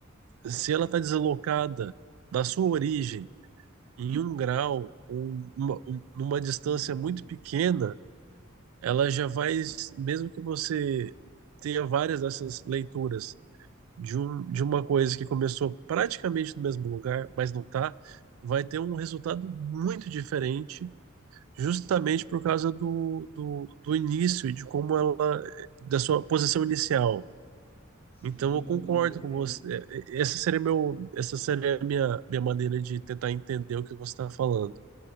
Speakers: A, on the right; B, on the left.
A: se ela está deslocada da sua origem em um grau ou uma- um- numa distância
B: Uhum.
A: muito pequena, ela já vai, mesmo que você
B: Aham.
A: tenha várias dessas leituras de, um, de uma coisa que começou praticamente no mesmo lugar, mas não está, vai ter um resultado muito diferente
B: Sim,
A: justamente por causa do, do, do início e de como ela, da sua posição inicial.
B: sim,
A: Então eu concordo
B: não, perfeito.
A: com você. É, é, Essa seria meu, essa seria a minha, minha maneira de tentar entender o que você está falando.